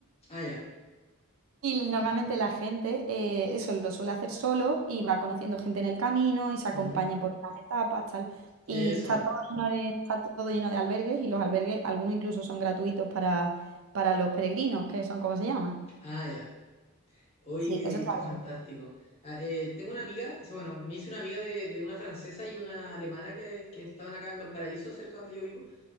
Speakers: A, on the left; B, on the right.
A: Ah, ya.
B: Y normalmente la gente eh, eso lo suele hacer solo y va conociendo gente en el camino y se acompaña
A: Ujú.
B: por unas etapas, tal.
A: Eso.
B: Y está todo lleno de, está todo lleno de albergues y los albergues, algunos incluso son gratuitos para, para los peregrinos, que son como se llaman.
A: Ah, ya. Oye,
B: Sí,
A: qué,
B: eso está
A: qué fantástico.
B: bien.
A: Ah, eh, tengo una amiga, o sea, bueno, me hice una amiga de, de una francesa y una alemana que, que estaban acá en Valparaíso, cerca donde yo vivo.